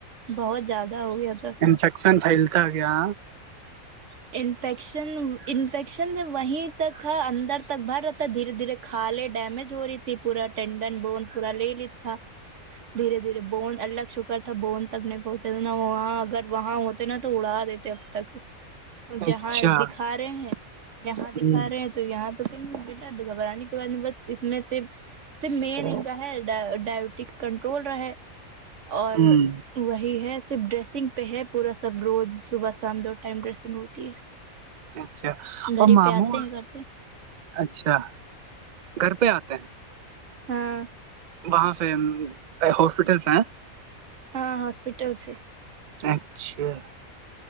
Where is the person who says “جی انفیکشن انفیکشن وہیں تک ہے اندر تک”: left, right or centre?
Right